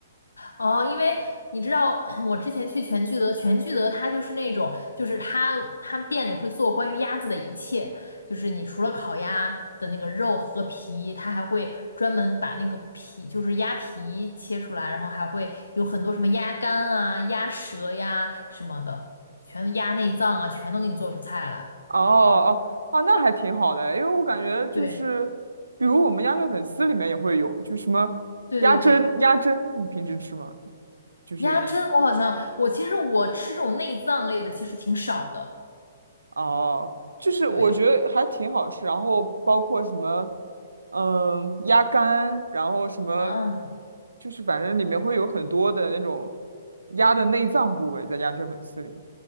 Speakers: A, on the left; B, on the right.
A: 哦，因为你知道，<clears throat> 我之前去全聚德，全聚德它就是那种，就是它他们店里会做关于鸭子的一切，就是你除了烤鸭的那个肉和皮，它还会专门把那个皮，就是鸭皮切出来，然后还会有很多什么鸭肝啊、鸭舌呀什么的，全都鸭内脏啊，全都给你做出菜来。
B: 哦哦哦，那还挺好的，因为我感觉就是，
A: 对
B: 比如我们鸭血粉丝里面也会有，就什么鸭胗，
A: 对对对，
B: 鸭胗你平时吃吗？就是你。
A: 鸭胗我好像我其实我吃这种内脏类的其实挺少的。
B: 哦，就是我觉得还挺好吃，
A: 对
B: 然后包括什么，嗯，鸭肝，然后什么，
A: 啊，
B: 就是反正里面会有很多的那种鸭的内脏部位在鸭血粉丝里。